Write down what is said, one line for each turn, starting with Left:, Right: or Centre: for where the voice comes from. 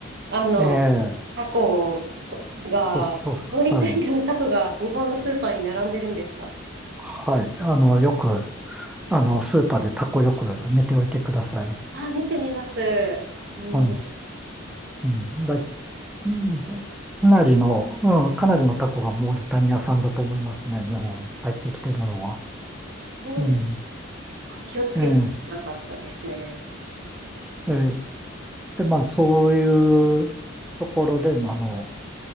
Right: あの、
Centre: ええ、
Right: タコそが、
Centre: そうそう、
Right: モーリタリアのタコが日本のスーパーに並んでるんですか
Centre: はい。はい。あの、よく、あの、スーパーでタコよく見ておいてください。
Right: あ、見てみます。うん。
Centre: はい。うん、だい、うんかなりの、うん、かなりのタコがモーリタニア産だと思いますね。日本入ってきてるのは。
Right: そうですか。
Centre: うん。
Right: あ、気をつけてなかったですね。
Centre: ええ、ええ。で、まあ、そういうところで、まああの、